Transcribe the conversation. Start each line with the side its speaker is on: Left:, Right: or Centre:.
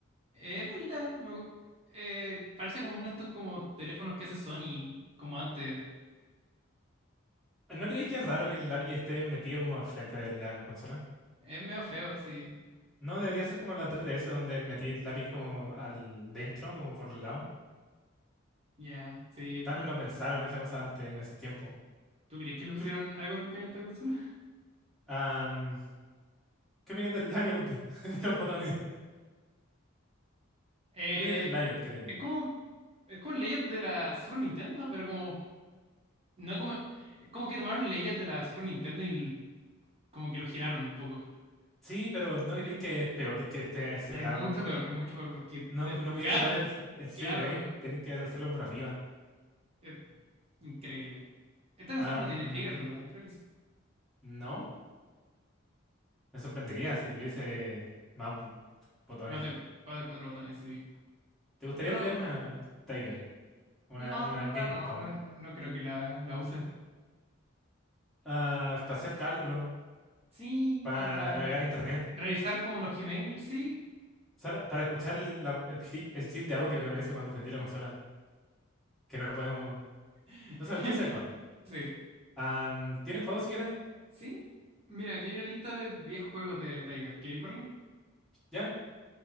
Right: eh, es bonita. me gu- eh, parece como uno de estos como teléfonos que hace Sony, como antes.
Centre: ¿No creéis que es raro que el lápiz esté metido como al frente de la consola?
Right: Es medio feo, sí.
Centre: No, debería ser como la tres D S donde metí el lápiz como al dentro, como por el lado.
Right: Ya, sí.
Centre: Tal vez no pensaron esa cosa antes, en esos tiempos.
Right: ¿Tú crees que le pusieron
Centre: ¿Qué,
Right: algo de empeño a esta consola?
Centre: am, ¿qué viene del layout <laughs> de los botones?
Right: Eh,
Centre: ¿Qué viene del layout que tiene?
Right: es como. Es como leyes de la Super Nintendo, pero como. No como. es como que tomaron leyes de la Super Nintendo y l- como que lo giraron un poco.
Centre: Sí, pero ¿no creéis que es peor que esté a ese
Right: Es
Centre: lado?
Right: mucho peor, es mucho peor, porque
Centre: No,
Right: el pulgar,
Centre: no podía apretar el, el C
Right: claro,
Centre: D tenéis que hacerlo por arriba.
Right: es increíble. Esta consola
Centre: Am,
Right: no tiene triggers, ¿verdad? Creo que es
Centre: no, me sorprendería si tuviese más bo- botones.
Right: más de, más de cuatro botones, sí.
Centre: ¿Te gustaría
Right: Bueno,
Centre: tener una Tiger?
Right: n-
Centre: Una,
Right: no,
Centre: una
Right: en verdad
Centre: Gamecom.
Right: no, no, no creo que la, la use.
Centre: Ah, para hacer cálculo,
Right: Sí,
Centre: para
Right: como para
Centre: navegar internet.
Right: revisar como los Gmail, sí.
Centre: Solo para escuchar la- el clip, el clip de audio que aparece cuando prendí la consola, que no lo podemos.
Right: <laughs>
Centre: ¿Tú sabes, tú sabes cuál?
Right: Sí.
Centre: Am, ¿tienes juego siquiera?
Right: Sí, mira, aquí hay una lista de 10 juegos de Tiger. ¿Queréis verlo?
Centre: ¿Ya?